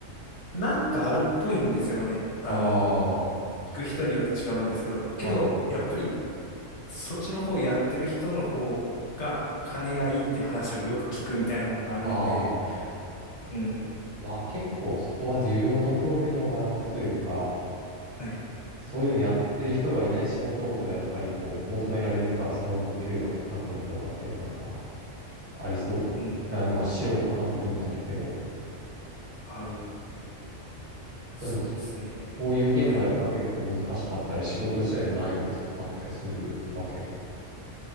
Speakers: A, on the left; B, on the right.
A: なんかあるっぽいんですよね。あのー
B: あー、
A: 聞く人によって違うんですけど、けど、
B: あー、
A: やっぱりそっちの方やってる人の方が金がいいっていう話をよく聞くみたいなのがあるので、
B: あー。
A: うん、
B: まあ結構そこは需要と供給のバランスというか、
A: はい、
B: そういうのやってる人がいない仕事ほどやっぱりこう求められるからその分給与が高くなるとかっていうのはなんかありそうで。
A: うん、
B: な、まあ素人感的になるけど、
A: はい、そうですね。
B: でもそういう言語はやっぱ結構難しかったり仕事自体の難易度が高かったりするわけ。
A: はい。